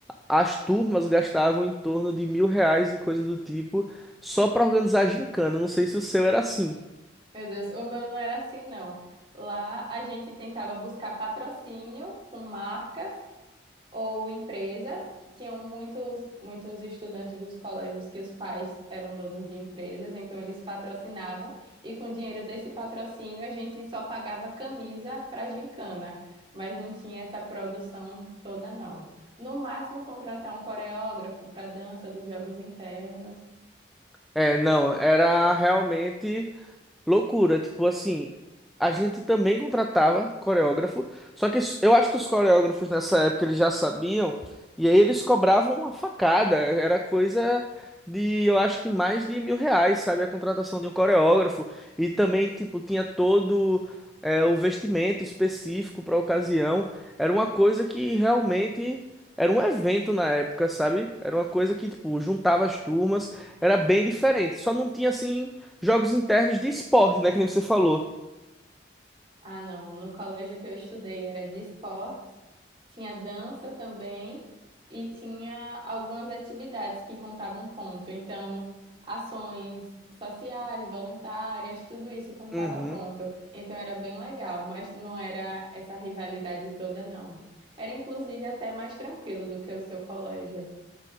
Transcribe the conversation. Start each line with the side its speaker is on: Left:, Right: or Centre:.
Centre: As turmas gastavam em torno de mil reais e coisa do tipo só para organizar a gincana. Eu Não sei se o seu era assim.
Right: Meu Deus, o meu não era assim, não. Lá a gente tentava buscar patrocínio com marcas ou empresas. Tinham muitos, muitos estudantes dos colégios que os pais eram donos de empresas, então eles patrocinavam, e com o dinheiro desse patrocínio a gente só pagava camisa para gincana, mas não tinha essa produção toda, não. No máximo, contratar um coreógrafo para dança dos jogos internos,
Centre: É, não, era realmente. Loucura, tipo assim, a gente também contratava coreógrafo, só que s- eu acho que os coreógrafos nessa época eles já sabiam, e aí eles cobravam uma facada, era coisa de, eu acho que mais de mil reais, sabe, a contratação de um coreógrafo, e também, tipo, tinha todo é, o vestimento específico para ocasião, era uma coisa que realmente era um evento na época, sabe, era uma coisa que, tipo, juntava as turmas, era bem diferente, só não tinha assim. Jogos internos de esporte, né? Que nem você falou.
Right: Ah, não. No colégio que eu estudei era de esportes, tinha dança também e tinha algumas atividades que contavam ponto. Então, ações sociais, voluntárias, tudo isso contava
Centre: Uhum.
Right: ponto. Então era bem legal, mas não era essa rivalidade toda, não. Era inclusive até mais tranquilo do que o seu colégio.